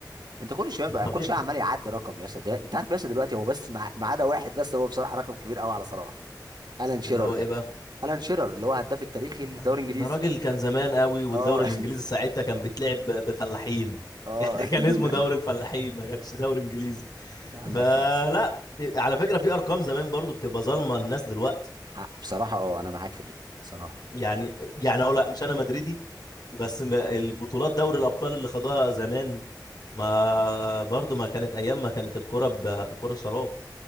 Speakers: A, on the right (about 65°); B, on the left (about 60°).
A: انت كل شويه بقى
B: طبيعي
A: كل شويه عمال يعدي رقم يا اسطى ده انت عارف يا اسطى دلوقتي هو بس مع- ما عدا واحد بس هو بصراحه رقم كبير قوي على صلاح الان شيرر
B: اللي هو
A: ده
B: ايه بقى
A: الان شيرر اللي هو هداف التاريخي
B: طب
A: للدوري
B: ما أنا-
A: الانجليزي
B: ده راجل كان زمان قوي والدوري
A: اه
B: الانجليزي
A: <laughs>
B: ساعتها كان بيتلعب ب- بفلاحين <laughs>
A: اه
B: يعني
A: <laughs>
B: كان اسمه دوري الفلاحين ما كانش دوري انجليزي
A: انت عندك
B: فلا
A: حق
B: على فكره في ارقام زمان برضو بتبقى ظالمه الناس دلوقتي
A: حق بصراحه اه انا معاك في دي بصراحه
B: يعني يعني اقول لأ، مش انا مدريدي بس ما- البطولات دوري الابطال اللي خدوها زمان ما برضو ما كانت ايام ما كانت الكره بكره شراب